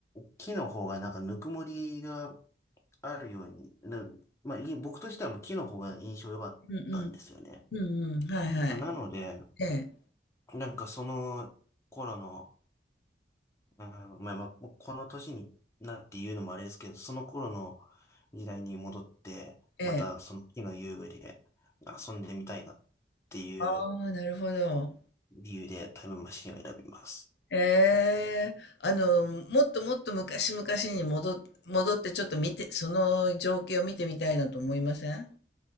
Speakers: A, on the left; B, on the left.
A: 木の方がなんかぬくもりがあるように、な、まあ、い僕としてはもうキノが印象良かったんですよね。
B: うんうん。うんうん。はいはい。
A: まあ、なので、
B: ええ、
A: なんかその頃の、あの、まあまあ、もうこの年になって言うのもあれですけど、その頃の時代に戻って、
B: ええ。
A: またその木の遊具で遊んでみたいなっていう
B: ああ、なるほど。
A: 理由でタイムマシンを選びます。
B: ええあの、もっともっと昔々に戻、戻ってちょっと見て、その情景を見てみたいなと思いません